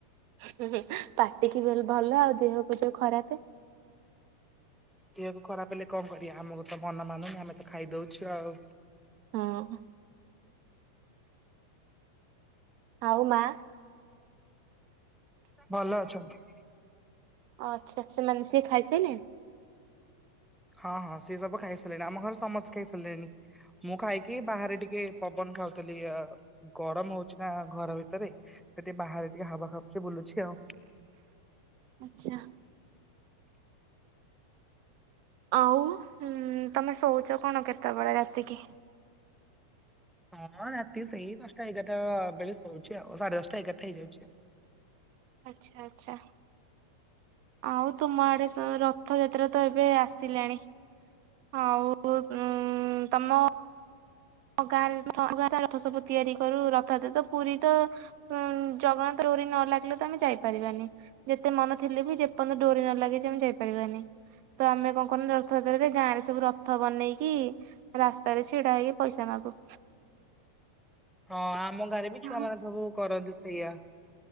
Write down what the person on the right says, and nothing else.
ହୁଁ ହୁଁ ହୁଁ ପାଟିକି ଭଲ ଆଉ ଦେହକୁ ଯୋଉ ଖରାପ
ହଁ ଆଉ ମା
ଓ ଆଚ୍ଛା ସେମାନେ ସେ ଖାଇ ସାରିଲେଣି
ଆଛା ଆଉ ତମେ ଶଉଛ କଣ କେତେବେଳେ ରାତିକି
ଆଚ୍ଛା ଆଚ୍ଛା ଆଉ ତୁମ ଆଡେ ରଥଯାତ୍ରା ତ ଏବେ ଆସିଲାଣି ଆଉ ଉ ତମ ଗାରେ ଥଗା ରଥ ସବୁ ତିଆରି କରୁ ରଥରେ ତ ପୁରୀ ତ ଉ ଜଗନ୍ନାଥ ରୌରୀ ନ ଲାଗିଲେ ତ ଆମେ ଯାଇପାରିବାନି ଯେତେ ମନ ଥିଲେ ବି ଯେପର୍ଯ୍ୟନ୍ତ ଡୋରି ନ ଲାଗି ଆମେ ଯାଇପାରିବାନି ତ ଆମେ କଣ କରୁ ରଥଯାତ୍ରରେ ଗାଁ ରେ ସବୁ ରଥ ବନେଇକି ରାସ୍ତାରେ ଛିଡା ହେଇକି ପଇସା ମାଗୁ
ହଁ